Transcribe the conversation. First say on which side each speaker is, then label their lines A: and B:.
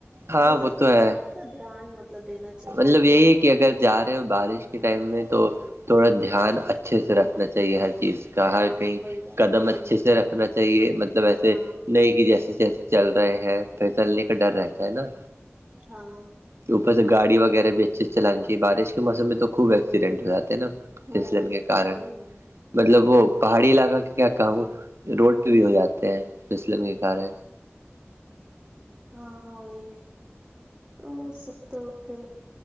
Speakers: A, on the right; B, on the right.
A: ہاں
B: تو یہ
A: وہ
B: سب چیز
A: ہے
B: پہ تھوڑا سا دھیان م مطلب دینا چاہیے
A: مطلب
B: انسان
A: یہی ہے کہ
B: کو
A: اگر جا رہے ہو بارش کے ٹائم میں تو تھوڑا دھیان اچھے سے رکھنا چاہیے ہر چیز کا ہر
B: ہاں
A: کہیں
B: وہی بات
A: قدم
B: ہے ہوں
A: اچھے
B: ہوں
A: سے رکھنا چاہیے مطلب ایسے
B: ہاں
A: نہیں کہ جیسے جیسے چل رہے ہیں پھر چلنے کا ڈر رہتا ہے نا
B: ہاں
A: اوپر سے گاڑی وغیرہ بھی اچھیے سے چلانی چاہے بارش کے موسم میں تو خوب ایکسیڈنٹ ہو جاتے ہیں نا
B: ہوں
A: فسلن کے کارن
B: ہوں ہوں
A: مطلب وہ پہاڑی علاقہ کے کیا کہ روڈ پہ بھی ہو جاتے ہیں فسلم کے کار ہے
B: ہاں وہی تو سب تو پھر